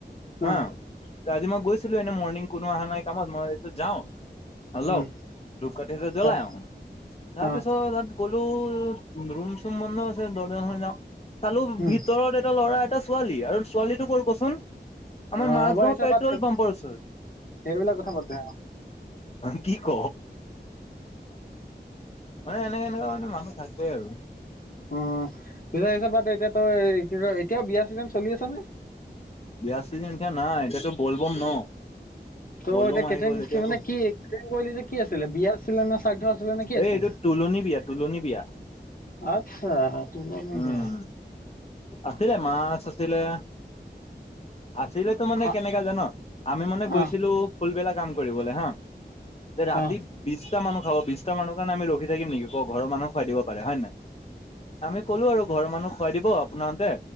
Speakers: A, on the left; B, on the left.
A: অ
B: হা আজি মই গৈছিলো এনে মৰ্ণিং কোনো অহা নাই কামত মই ভাবিছো যাও অলপ
A: উম
B: ধূপ কাটি জ্বলাই
A: তাৰ
B: আহো তাৰপিছত
A: অ
B: তাত গলো ৰুম চুম বন্ধ আছে দৰ্জা চৰ্জা যাও চালো
A: উম
B: ভিতৰত এটা ল'ৰা এটা ছোৱালী আৰু ছোৱালীটো কৰ কচোন? আমাৰ
A: অ
B: মাজগাঁও
A: হ'ব এইচব
B: পেট্ৰল
A: বাদ দে
B: পাম্পৰ ওচৰত
A: সেইবিলাক কথা পাতে
B: অ কি ক। মানে এনেকাে এনেকা মানে মানুহ থাকে আৰু।
A: অ‌ সেই চব‌ বাদ দে এতিয়াতো কি ক এতিয়াও বিয়া চিজন চলি আছে নে।
B: বিয়া ছিজন ত এতিয়া নাই এতিয়াতো বলবম ন
A: ত'
B: বলবম
A: এতিয়া কেটন
B: আহি গ'ল এতিয়া
A: মানে কি কে কলি যে কি আছিলে বিয়া আছিলে নে। শ্ৰাদ্ধ আছিলে নে কি
B: এই
A: আছিলে?
B: এইটো তুলনি বিয়া তুলনি বিয়া।
A: আচ্ছা তোলনি
B: উম
A: বিয়া
B: আছিলে মাছ আছিলে। আছিলেতো মানে
A: হা
B: কেনেকা জান আমি মানে গৈছিলো।
A: অ
B: ফুলবেলা কাম কৰিবলৈ হা যে ৰাতি
A: অ
B: বিশটা মানুহ খাব বিশ কাৰণে আমি ৰখি থাকিম নেকি ঘৰ মানুহে খুৱাই দিব পাৰে হয় নাই। আমি কলো আৰু ঘৰৰ মানুহ খুৱাই দিব আপোনহতে